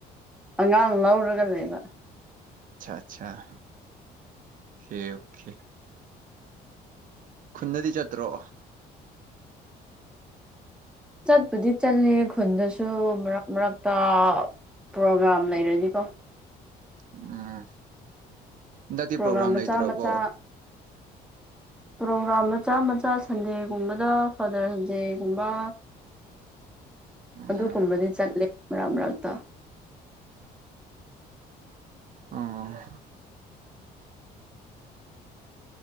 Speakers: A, in the centre; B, on the right (about 50°).
A: ꯑꯉꯥꯡ ꯂꯧꯔꯒꯅꯦꯅ
B: ꯑꯆꯥ ꯑꯆꯥꯦ ꯑꯣꯦ ꯈꯨꯟꯗꯗꯤ ꯆꯠꯇ꯭ꯔꯣ
A: ꯆꯠꯕꯨꯗꯤ ꯆꯠꯂ ꯈꯣꯟꯗꯁꯨ ꯃꯔꯛꯇ ꯄ꯭ꯔꯣꯒꯥ꯭ꯔꯥꯝ ꯂꯩꯔꯅꯤꯀꯣ
B: ꯎꯝ ꯏ ꯅꯗꯤ
A: ꯄ꯭ꯔꯣꯒ꯭ꯔꯥꯝ
B: ꯄꯣꯒ꯭ꯔꯝ
A: ꯃꯆꯥ
B: ꯂꯩꯇ꯭ꯔꯣꯕꯣ
A: ꯃꯆꯥ
B: <inaudible>
A: ꯄ꯭ꯔꯣꯒ꯭ꯔꯥꯝ ꯃꯆꯥ ꯃꯆꯥ ꯁꯟꯗꯦꯒꯨꯝꯕꯗ ꯐꯥꯗꯔꯁ ꯗꯦꯒꯨꯝꯕ
B: ꯎꯝ
A: ꯑꯗꯨꯒꯨꯝꯕꯗꯤ ꯆꯠꯂꯦ ꯃꯔꯛ ꯃꯔꯛꯇ
B: ꯑꯥ